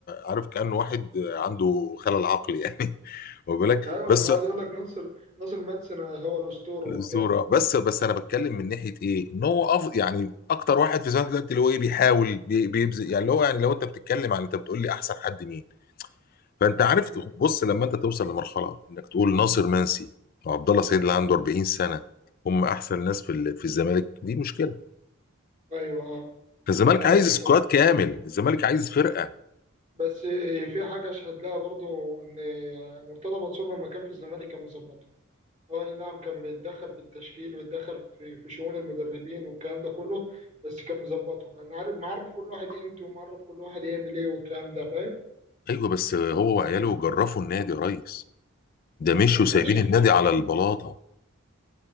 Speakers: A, on the left; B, on the right.
A: عارف كانه واحد عنده خلل عقلي يعني <laughs> خد بالك
B: ايوه
A: بس
B: لما قعد يقول لك ناصر ناصر منسي هو الاسطوره
A: الاسطوره
B: وبتاع
A: بس بس انا بتكلم من ناحيه ايه ان هو أف... يعني اكتر واحد في زمانك دلوقتي اللي هو ايه بيحاول بي... بيبذل يعني اللي هو يعني لو انت بتتكلم عن انت بتقول لي احسن حد مين فانت عارف
B: امم
A: تخ- بص لما انت توصل لمرحله انك تقول ناصر منسي وعبد الله سعيد اللي عنده 40 سنه هم احسن ناس في ال... في الزمالك دي مشكله
B: ايوه اه
A: فالزمالك
B: آه،
A: عايز
B: دي
A: سكواد
B: م-
A: كامل الزمالك عايز فرقه
B: بس آه، في حاجه اشهد لها برضو ان آه، مرتضى منصور لما كان في الزمالك كان مظبطه اه أي نعم كان بيتدخل في التشكيل ويتدخل في في شؤون المدربين والكلام ده كله بس كان مظبطه كان عارف معرف كل واحد قيمته ومعرف كل واحد يعمل ايه والكلام ده فاهم
A: ايوه بس هو وعياله جرفوا النادي يا ريس ده مشوا
B: طب
A: سايبين
B: ماشي
A: النادي على البلاطه